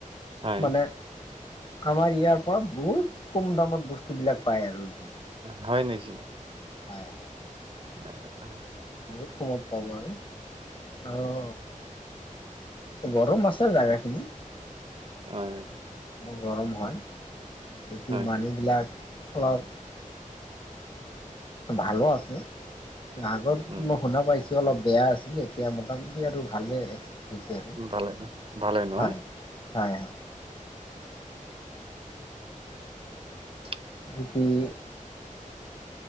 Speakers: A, on the right (about 40°); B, on the left (about 35°).
A: হয়,
B: মানে আমাৰ ইয়াৰ পৰা বহুত কম দামত বস্তু বিলাক পায় আৰু
A: হয় নেকি?
B: হয় হয়।
A: উ অ
B: বহুত কমত পাব আৰু আৰু। গৰম আছে জাগাখিনি।
A: হয়।
B: গৰম হয়, বেছি
A: হয়,
B: মানী বিলাক অলপ ভালো আছে আগত
A: উম,
B: মই শুনা পাইছো। অলপ বেয়া আছিলে এতিয়া মোটামুটি আৰু ভালে ব হৈছে আৰু
A: ভালে, ভালে নহয়?
B: হয় হয়।
A: <inaudible>
B: এই <unintelligible>